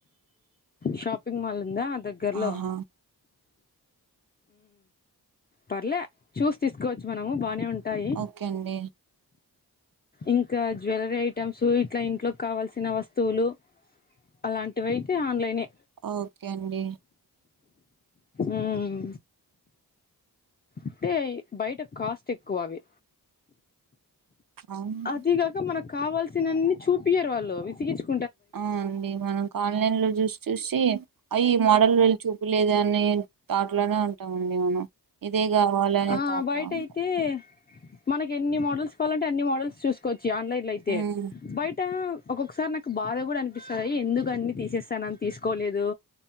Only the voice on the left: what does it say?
షాపింగ్ మాల్ ఉందా దగ్గర్లో
పర్లే చూసి తీసుకోవచ్చు మనము బాగానే ఉంటాయి
ఇంకా జ్యువెలరీ ఐటెమ్స్ ఇట్లా ఇంట్లో కావల్సిన వస్తువులు అలాంటివయితే ఆన్లైనే
ఉమ్ అంటే బయట కాస్ట్ ఎక్కువవి
అదిగా ఇ మనకు కావాల్సినన్ని చూపియారు వాళ్ళు విసిగిస్తారు
ఆ
బయట
అయితే మనకి ఎన్ని మోడల్స్ కావాలంటే అన్ని మోడల్స్ చూసుకోవచ్చు ఈ ఆన్లైన్లో అయితే
బయటా ఒక్కొక్కసారి నాకు బాధ కూడా అనిపిస్తాది ఎందుకు అన్ని తీసేస్తన్నం తీసుకోలేదూ